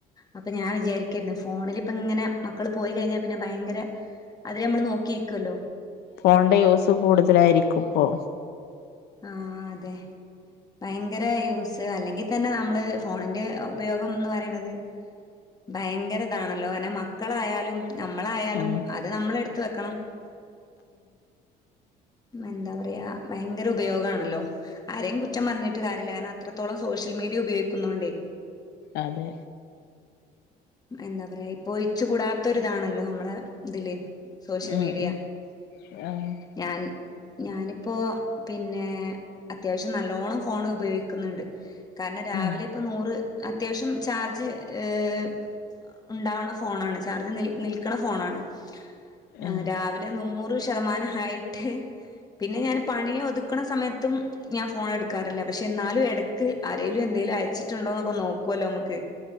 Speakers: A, on the left; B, on the left.
A: അപ്പൊ ഞാൻ വിചാരിക്കായിരുന്നു ഫോണില്. ഇപ്പ ഇങ്ങനെ മക്കള് പോയി കഴിഞ്ഞാൽ പിന്നെ ഭയങ്കര അവരെ നമ്മള് നോക്കി ഇരിക്കുവല്ലോ.
B: ഫോണിന്റെ യൂസ് കൂടുതലായിരിക്കും ഇപ്പോ.
A: ആഹ് അതെ ഭയങ്കര യൂസ് ഉണ്ട് അല്ലെങ്കിൽ തന്നെ നമ്മള് ഫോണിന്റെ ഉപയോഗം എന്ന് പറയണത് ഭയങ്കര ഇതാണല്ലോ അങ്ങനെ മക്കളായാലും. നമ്മളായാലും
B: ഉം
A: അത് നമ്മൾ എടുത്ത് വെക്കണം. എന്താ പറയാ ഭയങ്കര ഉപ ഉപയോഗം ആണല്ലോ ആരെയും കുറ്റം പറഞ്ഞിട്ട് കാര്യയില്ല, കാരണം അത്രത്തോളം സോഷ്യൽ മീഡിയ ഉപയോഗിക്കുന്ന കൊണ്ടേ.
B: അതെ
A: എന്താ പറയാ ഇപ്പോ ഒയിച്ചു കൂടത്തൊരു ഇതാണല്ലോ നമ്മടെ ഇതില്. സോഷ്യൽ
B: ഉം
A: മീഡിയ
B: ഉം ആഹ്
A: ഞാൻ. ഞാനിപ്പൊ പിന്നെ അത്യാവശ്യം നല്ലോണ്ണം ഫോൺ ഉപയോഗിക്കുന്നുണ്ട്. കാരണം രാവിലെ
B: ഉം
A: ഇപ്പോ നൂറ്. അത്യാവശ്യം ചാർജ് ഏഹ്. ഉണ്ടാവുന്ന ഫോണാണ് ചാർജ് നിൽ നിൽക്കണ ഫോണാണ്. ആഹ്
B: ഉം
A: രാവിലെ നൂറ്. നൂറ് ശതമാനം ആയിട്ട് പിന്നെ ഞാൻ പണി ഒതുക്കണ സമയത്തും ഞാൻ ഫോൺ എടുക്കാറില്ല, പക്ഷേ എന്നാലും ഇടക്ക്. അരേലും എന്തേലും അയച്ചട്ടുണ്ടോനൊക്കെ നോ ക്വലോ നമക്ക്